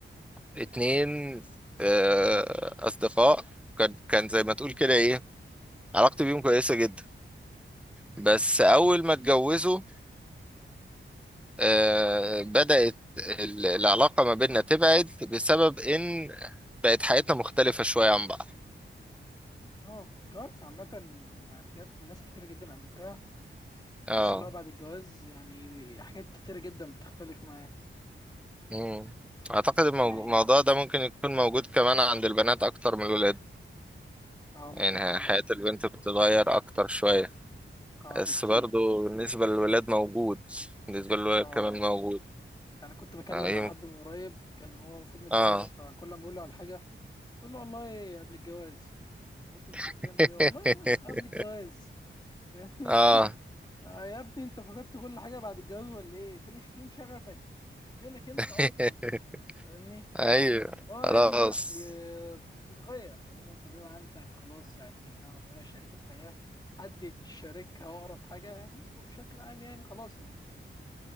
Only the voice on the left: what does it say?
اه الجواز عامة يعني بجد من ناس كتيرة جدا قابلتها
تحس اللي هو بعد الجواز يعني حاجات كتيرة جدا بتختلف معاه
يعني
اه ممكن
برضه
اه
بكتير
اه
انا كنت بكلم
مع حد من قريب كان هو المفروض متجوز
فكل ما بقول له على حاجه بقول له والله قبل الجواز طب انت كنت بتعمل
ايه والله قبل الجواز يعني
<laughs> آه يا ابني انت فقدت كل حاجه بعد الجواز ولا ايه فين فين شغفك فينك انت
اصلا <laughs> فاهمني
اه
يعني لا بي- بتتغير لان انت بيبقى عندك خلاص يعني نوعا ما شريكه حياه حد تشاركها واقرب حاجه يعني وبشكل عام يعني خلاص انت